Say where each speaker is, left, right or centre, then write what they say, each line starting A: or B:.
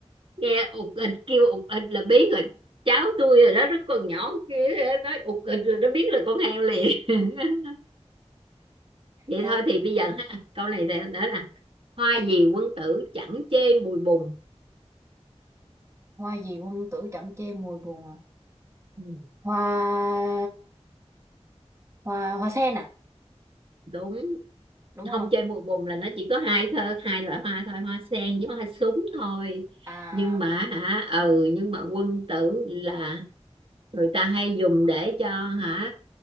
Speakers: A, on the right (about 50°); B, on the right (about 25°).
A: nghe ụt ịt kêu ụt ịt là biết rồi cháu tôi rồi đó nó còn nhỏ kia nói ụt ịt rồi nó biết là con heo liền <laughs> vậy
B: ừ
A: thôi thì bây giờ ha câu này nè- nữa nè hoa gì quân tử chẳng chê mùi bùn
B: hoa gì quân tử chẳng che mùi buồn à
A: Ừ,
B: hoa hoa hoa sen à
A: đúng
B: đúng không
A: không chê mùi bùn là nó chỉ có hai thơ hai loại hoa thôi hoa sen với hoa súng thôi
B: à
A: nhưng mà hả ừ nhưng mà quân tử là người ta hay dùng để cho hả